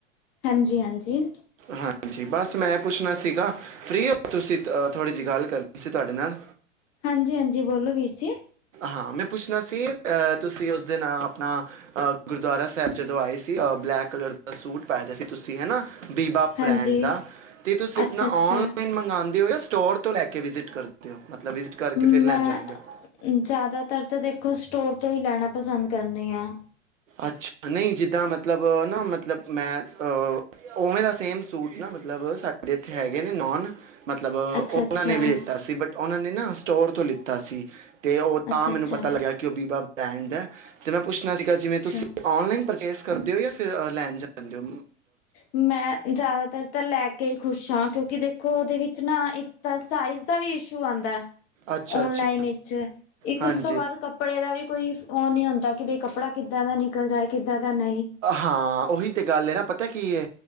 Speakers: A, on the left; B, on the right.
A: ਹਾਂਜੀ-ਹਾਂਜੀ।
B: ਹਾਂਜੀ ਬਸ ਮੈਂ ਪੁੱਛਣਾ ਸੀਗਾ, ਫ੍ਰੀ ਓ ਤੁਸੀਂ ਥੋੜ੍ਹੀ ਜੀ ਗੱਲ ਕਰਨੀ ਸੀ ਤੁਆਡੇ ਨਾਲ।
A: ਹਾਂਜੀ-ਹਾਂਜੀ ਬੋਲੋ ਵੀਰ ਜੀ
B: ਹਾਂ ਮੈਂ ਪੁੱਛਣਾ ਸੀ ਅਹ ਤੁਸੀਂ ਉਸ ਦਿਨ ਅਪਣਾ ਅ ਗੁਰਦੁਆਰਾ ਸੈਬ ਜਦੋਂ ਆਏ ਸੀ ਅ ਬਲੈਕ ਕਲਰ ਦਾ ਸੂਟ ਪਾਯਾ ਦਾ ਸੀ ਤੁਸੀਂ ਹੈਨਾ ਬੀਬਾ
A: ਹਾਂਜੀ
B: ਬ੍ਰੈਂਡ ਦਾ ਤੇ ਤੁਸੀਂ ਆਪਣਾ
A: ਅੱਛਾ ਅੱਛਾ
B: ਔਨਲਾਈਨ ਮੰਗਾਦੇ ਓ ਯਾਂ ਸਟੋਰ ਤੋਂ ਲੈ ਕੇ ਵਿਜਿਟ ਕਰਦੇ ਓ ਮਤਲਬ ਵਿਜਿਟ ਕਰਕੇ
A: ਮੈਂ
B: ਫੇਰ ਲੈਣ ਜਾਂਦੇ ਓ।
A: ਜ਼ਿਆਦਾਤਰ ਤਾਂ ਦੇਖੋ ਸਟੋਰ ਤੋਂ ਈ ਲੈਣਾ ਪਸੰਦ ਕਰਨੀ ਆ।
B: ਅੱਛਾ, ਨਈ ਜਿੱਦਾਂ ਮਤਲਬ ਨਾ ਮਤਲਬ ਮੈਂ ਅ ਓਵੇਂ ਦਾ ਸੇਮ ਸੂਟ ਨਾ ਮਤਲਬ ਸਾਡੇ ਐੱਥੇ ਹੈਗੇ ਨੇ ਨੋਨ ਮਤਲਬ ਓਨਾਂ
A: ਅੱਛਾ ਅੱਛਾ
B: ਨੇ ਵੀ ਲਿਤਾ ਸੀ ਬਟ ਓਨਾਂ ਨੇ ਨਾ ਸਟੋਰ ਤੋਂ ਲਿੱਤਾ ਸੀ। ਤੇ ਓ
A: ਅੱਛਾ
B: ਤਾਂ ਮੈਨੂੰ
A: ਅੱਛਾ
B: ਪਤਾ ਲੱਗਿਆ ਕਿ ਓ ਬੀਬਾ ਬ੍ਰੈਂਡ ਦਾ ਤੇ ਮੈਂ ਪੁੱਛਣਾ ਸੀਗਾ ਜਿਵੇਂ
A: ਅੱਛਾ
B: ਤੁਸੀਂ ਔਨਲਾਈਨ ਪਰਚੇਸ ਕਰਦੇ ਓ ਯਾਂ ਫਿਰ ਲੈਣ ਜਾਂਣ ਓ।
A: ਮੈਂ ਜ਼ਿਆਦਾਤਰ ਤਾਂ ਲੈ ਕੇ ਈ ਖੁਸ਼ ਹਾਂ ਕਿਉਂਕਿ ਦੇਖੋ ਓਦੇ ਵਿੱਚ ਨਾ ਇੱਕ ਤਾਂ ਸਾਈਜ਼ ਦਾ ਵੀ ਇਸ਼ੂ ਆਂਦਾ
B: ਅੱਛਾ
A: ਔਨਲਾਈਨ
B: ਅੱਛਾ
A: ਇਚ ਇੱਕ
B: ਹਾਂਜੀ
A: ਉਸ ਤੋਂ ਬਾਅਦ ਕੱਪ ਕੱਪੜੇ ਦਾ ਵੀ ਕੋਈ ਓ ਨੀ ਹੁੰਦਾ ਕਿ ਬਈ ਕੱਪੜਾ ਕਿੱਦਾਂ ਦਾ ਨਿਕਲ ਜਾਏ। ਕਿੱਦਾਂ ਦਾ ਨ
B: ਹਾਂ ਓਹੀ ਤੇ ਗੱਲ ਏ ਨਾ ਪ ਤਾ ਕੀ ਏ